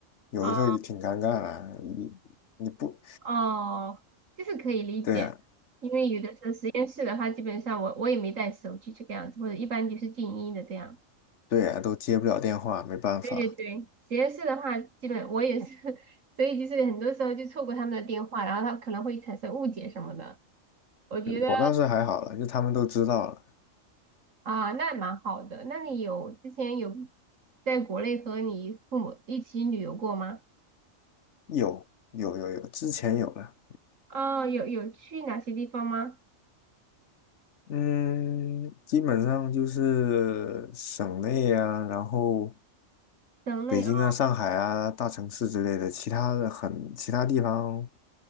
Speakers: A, on the left; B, on the right.
A: 有的时候也挺尴尬的。
B: 哦
A: 你你不
B: 哦，就是可以理解，
A: 对呀，
B: 因为有的时候实验室的话，基本上我我也没带手机这个样子，或者一般就是静音的这样。
A: 对呀，都接不了电话，没办法。
B: 对对对，实验室的话，基本我也是，<laughs> 所以就是很多时候就错过他们的电话，然后他可能会产生误解什么的。我觉得。
A: 嗯我倒是还好了，就他们都知道了，
B: 啊，那蛮好的。那你有之前有在国内和你父母一起旅游过吗？
A: 有有有有，之前有了。
B: 哦，有有去哪些地方吗？
A: 嗯，基本上就是省内呀，然后。
B: 省内哦，
A: 北京啊、上海啊、大城市之类的，其他的很，其他地方